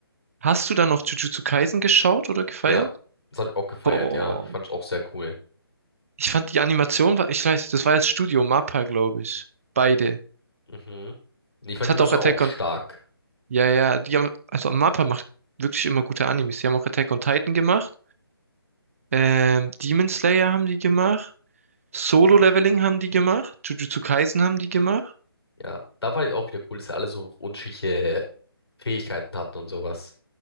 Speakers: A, on the right; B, on the left.
A: Hast du dann noch Jujutsu Kaisen geschaut oder gefeiert?
B: ja, das habe ich auch gefeiert,
A: Boah,
B: ja. Ich fand es auch sehr cool.
A: ich fand die Animation war, ich weiß, das war jetzt Studio MAPPA, glaube ich. Beide.
B: Mhm. Nee, Ich fand
A: Es
B: die
A: hat
B: Munition
A: auch Attack
B: auch stark.
A: on, ja, ja, die haben, also MAPPA macht wirklich immer gute Animes. Die haben auch Attack on Titan gemacht. Ähm, Demon Slayer haben die gemacht. Solo-Leveling haben die gemacht, Jujutsu Kaisen haben die gemacht.
B: Ja, da fand ich auch wieder cool, dass sie alle so unterschiedliche Fähigkeiten hatten und sowas.